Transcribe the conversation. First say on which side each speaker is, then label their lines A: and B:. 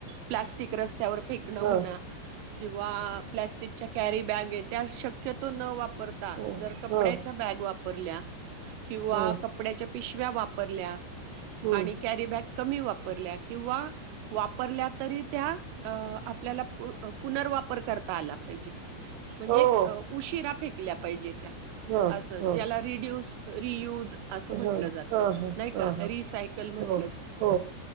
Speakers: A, on the right (about 85°); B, on the right (about 75°).
A: प्लास्टिक- रस्त्यावर. फेक
B: हां
A: म्हणा किंवा प्लास्टिकच्या कॅरीबॅग- त्या शक्यतो न वापरता-
B: हां
A: जर कपड्याच्या
B: हां
A: बॅग वापरल्या- किंवा
B: हां हां
A: कपड्याच्या पिशव्या वापरल्या
B: हं.
A: आणि- कॅरी बॅग कमी वापरल्या किंवा- वापरल्या तरी त्या आपल्याला पुनर वापर करता आला पाहिजे- म्हणजे
B: हो हो
A: उशिरा फेकी- कल्या पाहिजेत-
B: हां
A: असं
B: हां
A: ज्याला रिड्यूस- रियूज. असं म्हटलं
B: हां हां
A: जातं
B: हां
A: नाही
B: हां
A: का
B: हां
A: रिसायकल म्हण-
B: हो हो